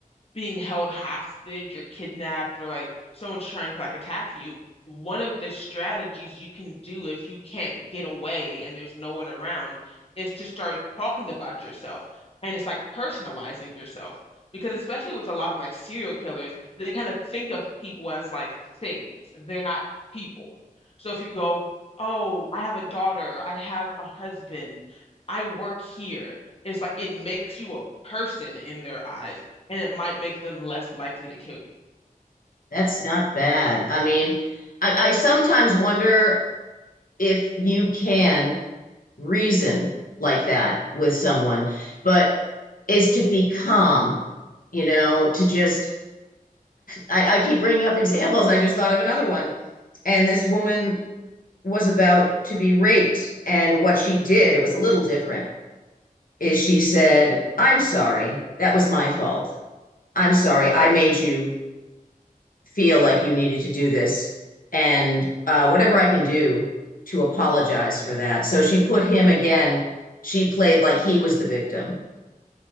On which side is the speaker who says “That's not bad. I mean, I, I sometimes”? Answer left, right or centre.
Left